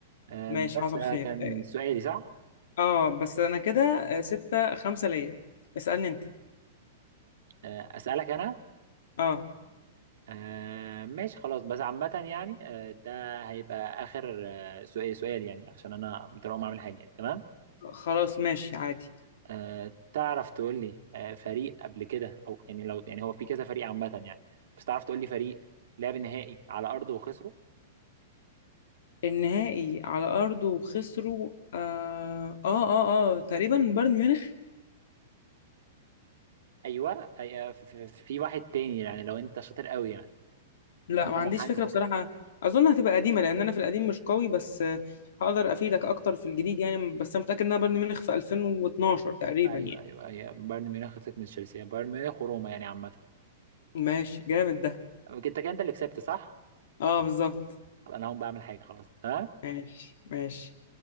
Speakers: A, on the right; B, on the left.
A: آه
B: ماشي
A: بس
B: حصل
A: ده
B: خير
A: كان
B: اه
A: سؤالي صح؟
B: آه، بس أنا كده آه، ستة خمسة ليا اسألني أنت
A: آه اسألك انا
B: اه
A: آه ماشي خلاص بس عامة يعني آه ده هيبقى آخر آه سؤال سؤال يعني عشان أنا مضطر أقوم أعمل حاجة يعني تمام
B: خلاص ماشي عادي
A: آه تعرف تقول لي آه فريق قبل كده أو يعني لو يعني هو في كذا فريق عامة يعني بس تعرف تقول لي فريق لعب نهائي على أرضه وخسره
B: النهائي على أرضه وخسروا آه, اه اه اه تقريبا بايرن ميونخ
A: أيوه أي- في في- في واحد تاني يعني لو أنت شاطر قوي يعني
B: لا
A: لو أنت
B: ما عنديش
A: محنك
B: فكرة بصراحة أظن هتبقى قديمة لأن أنا في القديم مش قوي بس آه، هقدر أفيدك أكتر في الجديد يعني بس أنا متأكد إنها بايرن ميونخ في 2012 تقريبا
A: أيوه
B: يعني
A: أيوه أيوه بايرن ميونخ خسرت من تشيلسي بايرن ميونخ وروما يعني عامة
B: ماشي جامد ده
A: أنت كده أنت اللي كسبت صح؟
B: أه بالظبط
A: خلاص أنا هقوم بعمل حاجة خلاص تمام
B: ماشي ماشي